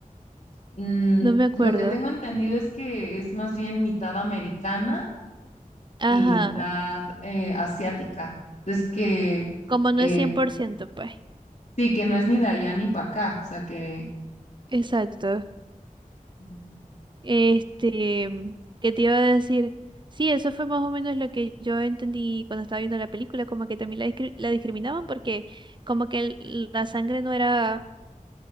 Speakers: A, on the left; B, on the right.
A: mm,
B: No me acuerdo.
A: lo que tengo entendido es que es más bien mitad americana
B: Ajá.
A: y mitad eh, asiática. Entonces que
B: Como no
A: eh,
B: es 100% pues.
A: Sí, que no es ni de allá ni para acá, o sea que...
B: Exacto.
A: Mm,
B: Este, mm, ¿qué te iba a decir? Sí, eso fue más o menos lo que yo entendí cuando estaba viendo la película, como que también la, discri- la discriminaban porque como que el- la sangre no era,